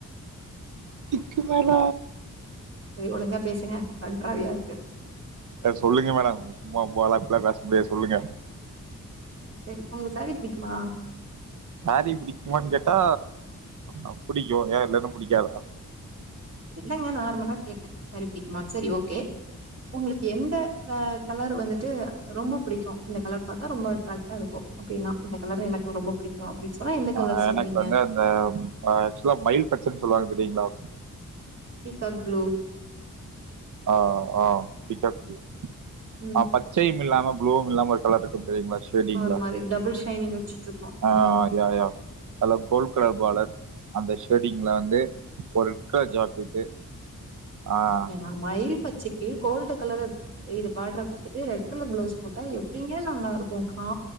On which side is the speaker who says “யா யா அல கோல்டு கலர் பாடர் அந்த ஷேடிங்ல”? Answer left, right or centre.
Right